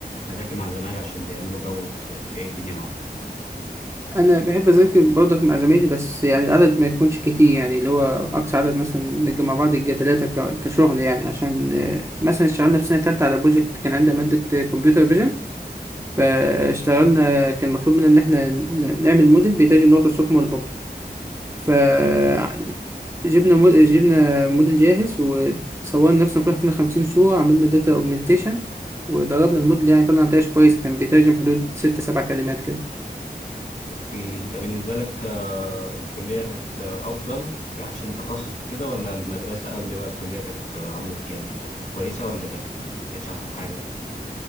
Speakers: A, on the left; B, on the right.
A: أذاكر مع زمايلي عشان بيعملوا جو وكده أنت إيه الدنيا معاك؟
B: انا بحب اذاكر برضك مع زمايلي بس يعني العدد ما يكونش كتير يعني اللي هو اقصى عدد مثلا نجي مع بعض يجي ثلاثة كشغل يعني عشان آه، مثلا اشتغلنا في سنة تالتة على بروجكت كان عندنا مادة كمبيوتر فيجن فاشتغلنا كان مطلوب منا إن إحنا ن- نعمل موديل بيترجم لغة الصم والبكم فجبنا موديل جبنا موديل جاهز وصورنا نفسنا كل واحد فينا خمسين صورة عملنا داتا أوجمنتيشن وضربنا الموديل يعني طلع نتائج كويسة كان بيترجم حدود ست سبع كلمات كده
A: اوكي انت بالنسبه لك آه، الكليه كانت آه، افضل ب- عشان تخصص وكده ولا المدرسه قبل بقى الكليه كانت آه، عامله يعني كانت كويسه ولا كانت ما كانتش احسن حاجه